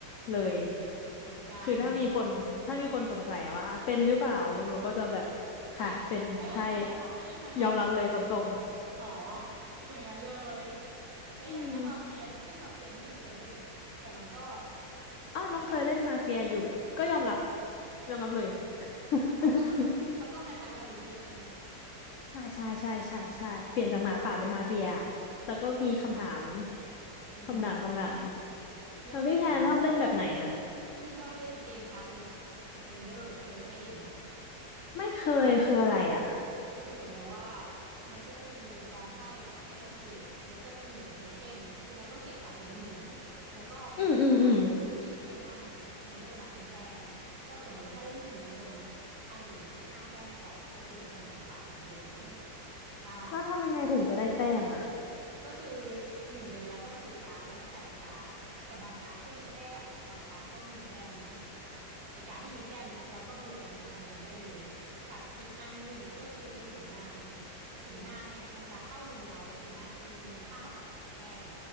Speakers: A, on the left; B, on the right.
A: เลย
B: อืมเหมือนกัน
A: คือถ้ามีคนถ้ามีคนสงสัยว่าเป็นหรือเปล่าหนูก็จะแบบค่ะเป็นใช่
B: เป็น <laughs>
A: ยอมรับเลยตรง
B: อ๋ออย่างนั้นเลย
A: ๆอืม
B: แล้วอย่างถ้ามาเฟียนี่เอ้ยมาเฟียนี่ไม่เคยเล่นนะแต่มันก็
A: อ้าวน้องเคยเล่นมาเฟียอยู่ก็ยอมรับ
B: คล้าย
A: ยอมรับเลย <laughs>
B: ๆอ๋อก็คือเหมือนมันก็คล้ายๆแวร์วูฟเลยใช่ไหม
A: ใช่ใช่ใช่ใช่ใช่เปลี่ยนจากหมาป่าเป็นมาเฟีย
B: อ่า
A: แล้วก็มีคำถาม
B: แล้วอืม
A: คำถามคำถาม
B: แล้วเคยเห็น
A: แล้วพี่แพนชอบเล่นแบบไหนอ่ะ
B: ที่ชอบเล่นเกมคาเพชรสเปนเดอร์เคยเคยเห็นไหม
A: ไม่เคยคืออะไรอ่ะ
B: คือเหมือนแบบว่ามันก็จะมีกองไพ่อ่ะให้เราเก็บแล้วก็จะมีเหรียญโทเค็นคือเราต้องเก็บสะสมเหรียญแล้วก็เอาไปคือการ์ดที่อยู่ข้างหน้ามามันก็จะนับเป็นแต้มก็สมมติว่าถ้าเล่นสี่คนอ่ะใครถึงสิบห้าแต้มก่อนก็คือจะชนะไปในเกมนั้น
A: อืมอืมอืม
B: ใช่
A: แล้วทำยังไงถึงจะได้แต้มอ่ะ
B: ก็คือหนึ่งเลยเราต้องซื้อการ์ดแล้วในแต่ละการ์ดอะแต่บางการ์ดก็มีแต้มบางการ์ดก็ไม่มีแต้มนะอ่ะไอการ์ดที่มีแต้มเนี่ยเราก็บวกมาเป็นคะแนนได้เลยกับอีกอันหนึ่งก็คือเป็นขุนนางขุนนางเนี่ยมันจะเข้ามือเราขุนนางจะมีมูลค่าเท่ากับสามแต้ม